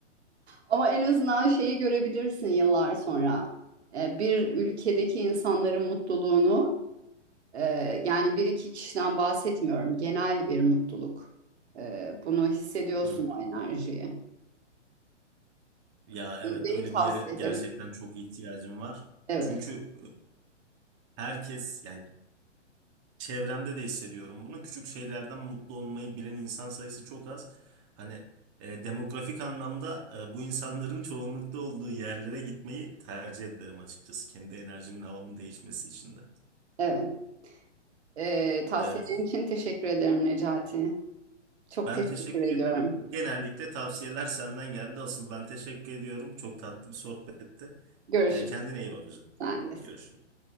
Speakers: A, on the right (about 65°); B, on the right (about 25°).
A: Ama en azından şeyi görebilirsin yıllar sonra. E, bir ülkedeki insanların mutluluğunu e, yani bir iki kişiden bahsetmiyorum. Genel bir mutluluk. E, bunu hissediyorsun
B: Hı hı.
A: o enerjiyi.
B: Ya evet
A: Benim
B: öyle
A: tavsiye
B: bir yere gerçekten
A: ederim.
B: çok ihtiyacım var.
A: Evet.
B: Çünkü e, herkes yani çevremde de hissediyorum bunu. Küçük şeylerden mutlu olmayı bilen insan sayısı çok az. Hani e, demografik anlamda e, bu insanların çoğunlukta olduğu yerlere gitmeyi tercih ederim açıkçası. Kendi enerjimin, havamın değişmesi için de.
A: Evet. Ee, tavsiyelerin
B: E,
A: için teşekkür ederim Necati. Çok
B: ben
A: teşekkür
B: teşekkür
A: ediyorum.
B: ederim. Genellikle tavsiyeler senden geldi. Asıl ben teşekkür ediyorum. Çok tatlı bir sohbetti.
A: Görüşürüz.
B: E, kendine iyi bak hocam.
A: Sen de.
B: Görüşürüz.